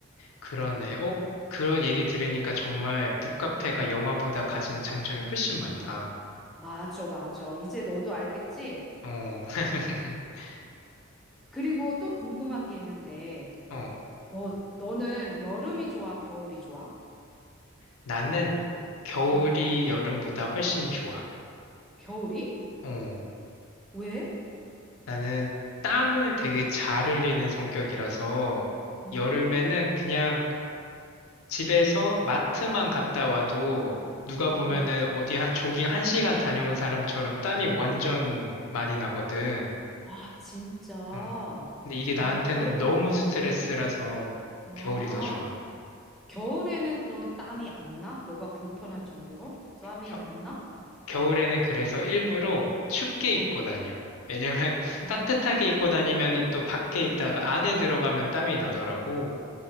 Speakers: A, on the left (about 75°); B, in the centre.
A: 그러네. 어? 그런 얘기 들으니까 정말 북카페가 영화보다 가진 장점이 훨씬 많다.
B: 맞아, 맞아. 이제 너도 알겠지?
A: 어, <laughs>
B: 그리고 또 궁금한 게 있는데,
A: 어,
B: 너, 너는 여름이 좋아, 겨울이 좋아?
A: 나는 겨울이
B: 응.
A: 여름보다 훨씬 좋아.
B: 겨울이?
A: 어,
B: 왜?
A: 나는 땀을 되게 잘 흘리는 성격이라서
B: 아,
A: 여름에는 그냥 집에서 마트만 갔다 와도 누가 보면은
B: 어.
A: 어디 한 조깅 한시간 다녀온 사람처럼 땀이 완전 많이 나거든.
B: 아, 진짜. 아,
A: 음. 근데 이게 나한테는
B: 그럼,
A: 너무
B: 음.
A: 스트레스라서
B: 아,
A: 겨울이 더 좋아.
B: 겨울에는 그러면 땀이 안 나? 너가 불편할 정도로? 땀이
A: 겨,
B: 안 나?
A: 겨울에는 그래서 일부러 춥게 입고
B: 어.
A: 다녀. 왜냐면 <laughs>
B: 아,
A: 따뜻하게 입고 다니면은 또 밖에 있다가 안에 들어가면 땀이 나더라고.